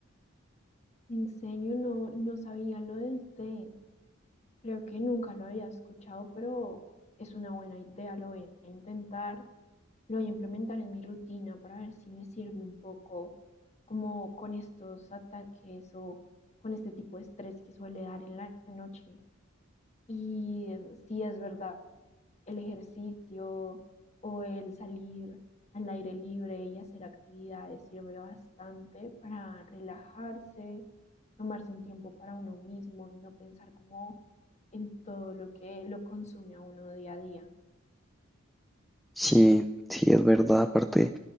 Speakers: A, on the left; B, in the centre.
A: En serio, no, no sabía lo del té. Creo que nunca lo había escuchado, pero es una buena idea. Lo voy a intentar, lo voy a implementar en mi rutina para ver si me sirve un poco como con estos ataques o con este tipo de estrés que suele dar en la noche. Y eh, sí es verdad el ejercicio o el salir al aire libre y hacer actividades sirve bastante para relajarse, tomarse un tiempo para uno mismo y no pensar como en todo lo que lo consume a uno día a día.
B: Sí, sí, es verdad. Aparte,